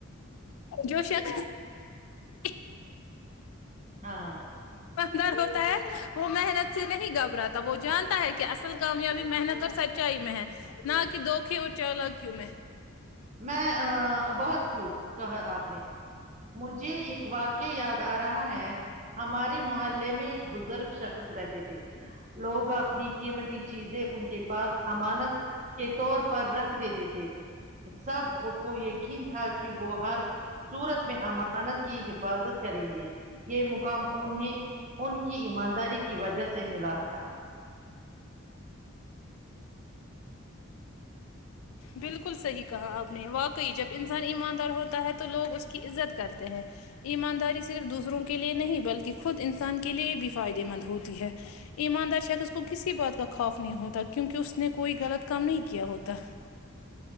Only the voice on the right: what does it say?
ہاں ہاں
میں بہت خوب کہا آپ نے مجھے ایک واقع یاد آ رہا ہے ہمارے محلے میں ایک بزرگ شخص رہتے تھے لوگ اپنی قیمتی چیزیں ان کے پاس امانت کے طور پر رکھ دیتے تھے ٹھیک سب کو یقین تھا کہ وہ ہر صورت میں امانت کی حفاظت کریں گے یہ مقام انہیں ان کی ایمانداری کی وجہ سے ملا تھا